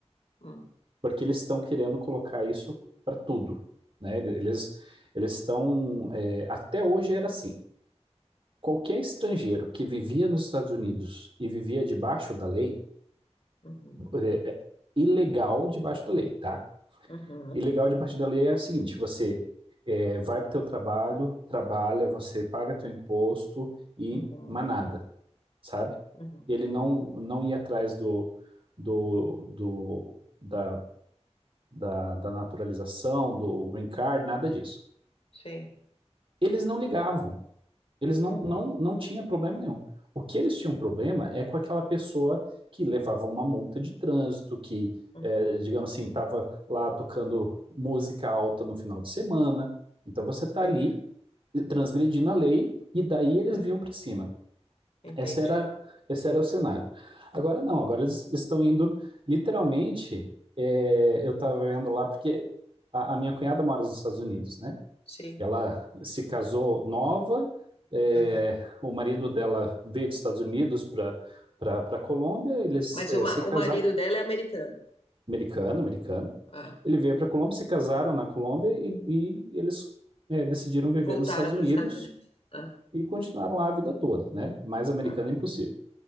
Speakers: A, on the left; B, on the right.
A: uhum,
B: porque eles estão querendo colocar isso para tudo, né? Eles eles estão é, até hoje era assim. Qualquer estrangeiro que vivia nos Estados Unidos e vivia debaixo da lei,
A: uhum,
B: é, é ilegal debaixo da lei, tá?
A: uhum,
B: E legal de partir dali é o seguinte, você é, vai para o teu trabalho, trabalha, você paga teu imposto e
A: uhum,
B: manada, sabe?
A: uhum.
B: Ele não, não ia atrás do, do, do, da, da, da naturalização, do green card, nada disso.
A: Sim.
B: Eles não ligavam. Eles não,
A: Uhum,
B: não, não tinham problema nenhum. O que eles tinham problema é com aquela pessoa que levava uma multa de trânsito, que,
A: uhum,
B: é, digamos assim, estava lá tocando música alta no final de semana. Então você está
A: aham,
B: ali transgredindo a lei e daí eles
A: aham.
B: vinham para cima.
A: Entendi.
B: Esse era, esse era o cenário. Agora não, agora eles estão indo literalmente. é, eu estava vendo lá porque a, a minha cunhada mora nos Estados Unidos, né?
A: Sim.
B: Ela se casou nova, é,
A: aham.
B: o marido dela veio dos Estados Unidos para para Colômbia, eles
A: Mas
B: é,
A: o, ma-
B: se casaram,
A: o marido dela é americano.
B: americano, americano.
A: Ah.
B: Ele veio para Colômbia, se casaram na Colômbia e, e eles é, decidiram viver
A: Voltaram
B: nos Estados Unidos
A: para os Estados Unidos. Ah,
B: e continuaram lá a vida toda, né? Mais americano
A: ah.
B: é impossível.